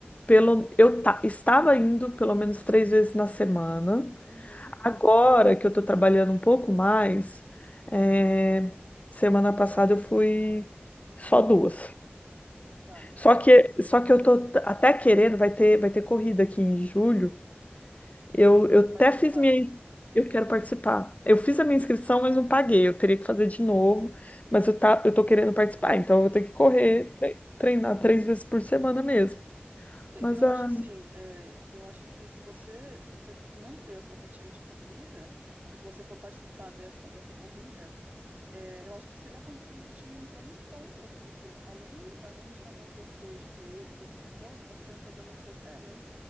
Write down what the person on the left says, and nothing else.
pelo eu ta- estava indo pelo menos três vezes na semana.
Agora que eu tô trabalhando um pouco mais, é, semana passada eu fui só duas.
Só que só que eu
tô t- até querendo, vai ter vai ter corrida aqui em julho. Eu, eu
até
fiz minha in- eu quero participar. Eu fiz a minha inscrição, mas não paguei. Eu teria que fazer de novo, mas eu tá eu tô querendo participar, então eu vou ter que correr,
tre- treinar três vezes por semana mesmo.
Mas
ah,